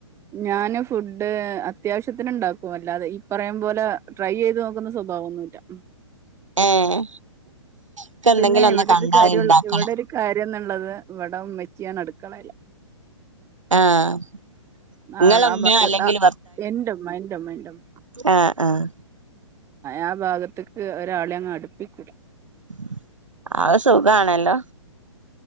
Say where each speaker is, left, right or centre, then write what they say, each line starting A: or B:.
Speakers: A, on the right; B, on the right.
A: ഞാന് ഫുഡ് അത്യാവശ്യത്തിന് ഇണ്ടാക്കും അല്ലാതെ ഈ പറയം പോലെ ട്രൈ യ്യ്ത് നോക്ക്ന്ന സ്വഭാവം ഒന്നുല്ലാ
B: ഏഹ് ഒക്കെ എന്തെങ്കിലും
A: പിന്നെ
B: ഒന്ന്
A: ഇവടെ
B: കണ്ടാ
A: ഒര് കാര്യം
B: ഇണ്ടാക്കണം
A: ഇവിടൊരു കാര്യം ന്ന്ള്ളത് ഇവടെ ഉമ്മച്ചി ആണ് അട്ക്കളെല്
B: ആഹ്
A: അ
B: ഇങ്ങളെ
A: <unintelligible>
B: ഉമ്മയോ അല്ലെങ്കിൽ
A: എന്റുമ്മ എന്റെമ്മ എന്റെമ്മ
B: ആഹ ആഹ
A: ആ ഭാഗത്ത്ക്ക് ഒരാളെ അങ്ങ് അട്പ്പീക്കൂലാ
B: <inaudible> അഹ് സുഖാണല്ലോ